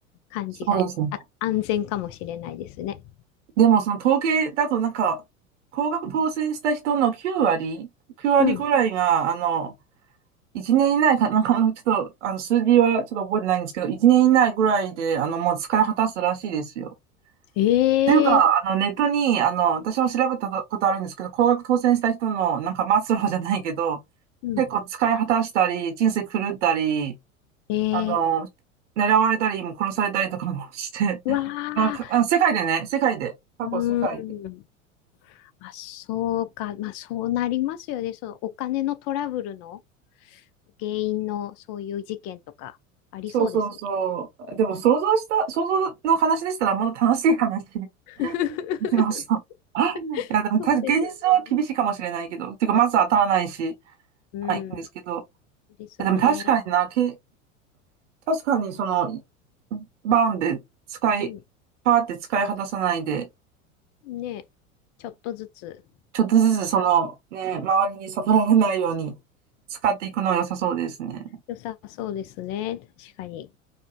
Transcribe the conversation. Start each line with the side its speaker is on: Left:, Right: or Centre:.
Left: 感じが、
Right: そうですね。
Left: あ、安全かもしれないですね。
Right: でもその統計だとなんか、高額当選した人の9割、9割ぐらいが、
Left: うん。
Right: あの、一年以内か、なんかもうちょっと、あの、数字はちょっと覚えてないんですけど、一年以内ぐらいで、あの、もう使い果たすらしいですよ。
Left: ええ
Right: っていうか、あの、ネットに、あの、私も調べたことあるんですけど、高額当選した人の、なんか末路じゃないけど、
Left: うん。
Right: 結構使い果たしたり、人生狂ったり、
Left: ええ
Right: あの、狙われたり、も殺されたりとかもして、
Left: わあ、
Right: <laughs> まあ、かあの世界でね、世界で、過去世界で
Left: うん。あ、そうか。まあ、そうなりますよね。そのお金のトラブルの原因のそういう事件とかありそうですね。
Right: そうそうそう。でも想像した、想像の話でしたらもっと楽しい話 <laughs> で
Left: <laughs>
Right: きました。<gasps> あいや、でも確か現実は厳しいかもしれないけど、
Left: そうですね。
Right: てかまず当たらないし、
Left: うん。
Right: まあいいんですけど、
Left: ですね。
Right: いやでも確かにな、け、確かにその、バーンで使い、
Left: うん。
Right: パーって使い果たさないで、
Left: ね。ちょっとずつ、
Right: ちょっとずつその、
Left: そっか。
Right: ね、周りに悟られないように使っていくのは良さそうですね。
Left: 良さそうですね。確かに。